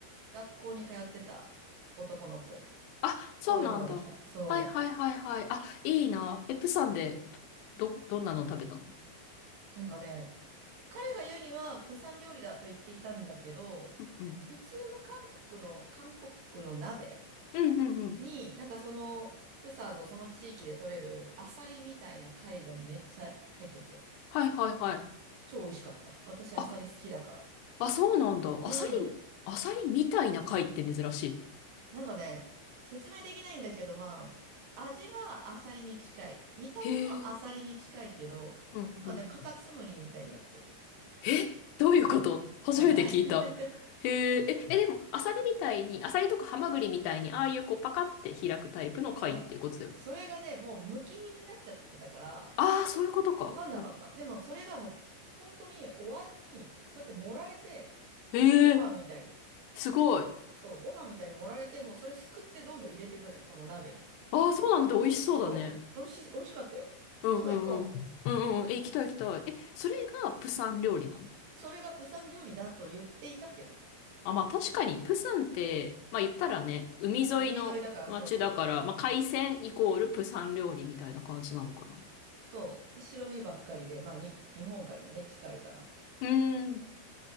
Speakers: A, on the right; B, on the left.
A: 学校に通ってた男の子、
B: あ、そうなんだ。
A: 子供ができた。そ
B: はいはいはいはい。あ、いいな。え、プサンでど、どんなの食べたの
A: う。なんかね、彼が言うには、プサン料理だと言っていたんだけど、
B: うんうん。
A: 普通の韓国の、韓国の鍋
B: うんうんうん。
A: に、なんかその、プサンのその地域で取れるアサリみたいな貝がめっちゃ入ってて、
B: はいはいはい。
A: 超美味しかった。私アサリ好きだから。
B: あ、あ、そうなんだ。
A: うん。
B: アサリ、アサリみたいな貝って珍しいね。
A: なんかね、説明できないんだけど、まあ、味はアサリに近い。見た目もアサリに近いけど、
B: へえ。うんうん。
A: なんかね、カタツムリみたいになってんの。
B: えどういうこと初めて聞いた。
A: わかんない。<laughs>
B: へえ、え、え、でも、アサリみたいに、アサリとかハマグリみたいに、ああいうこうパカって開くタイプの貝ってことだよね。
A: いや、それがね、もうむき身になっちゃってたから、
B: ああ、そういうことか。
A: わかんなかった。
B: はい。
A: でもそれがもう、本当にお椀に、こうやって盛られて、
B: へえ、
A: ご飯みたいに。
B: すごい。
A: そう、ご飯みたいに盛られて、もうそれすくってどんどん入れていくのよ、その鍋に。
B: ああ、そうなんだ。美味しそうだね。
A: そう、美味しい、美味しかったよ。
B: うんうんうん。
A: 今度行こう。
B: うんうん。え、行きたい行きたい。え、それがプサン料理なの
A: それが釜山料理だと言っていたけどね。
B: あ、まあ確かに、プサンって、まあ言ったらね、海沿いの街だから、
A: 海沿いだからそうそう。
B: まあ海鮮イコールプサン料理みたいな感じなのかな。
A: そう。で白身ばっかりで、まあに、日本海にね、近いから。
B: うーん。